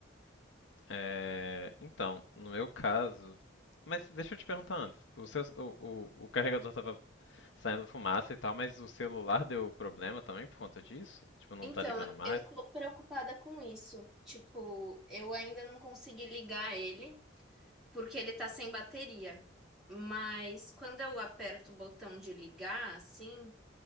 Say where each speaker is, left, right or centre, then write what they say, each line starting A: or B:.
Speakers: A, on the left; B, in the centre.
A: É, então, no meu caso. Mas deixa eu te perguntar antes. O seu, o, o, o carregador tava saindo fumaça e tal, mas o celular deu problema também por conta disso? Tipo, não
B: Então,
A: tá ligando mais?
B: eu tô preocupada com isso. Tipo, eu ainda não consegui ligar ele, porque ele tá sem bateria. Mas quando eu aperto o botão de ligar, assim,